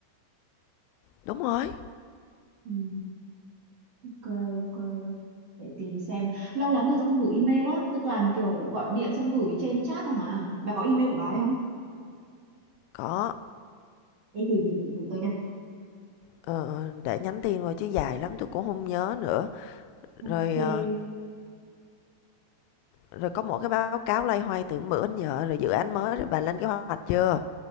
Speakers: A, on the left; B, on the right.
A: Đúng rồi.
B: ừ ok ok để tìm xem lâu lắm rồi tôi không gửi email á tôi toàn kiểu gọi điện xong gửi trên chat không à bà có email của bà ấy không
A: Có.
B: Ê, gửi, gửi, gửi tôi cho
A: Ờ, để nhắn tin rồi chứ dài lắm tôi cũng không nhớ nữa.
B: ok
A: Rồi, ờ, rồi có một cái báo cáo lay hoay từ bữa đến giờ rồi dự án mới rồi bà lên cái hoạch chưa?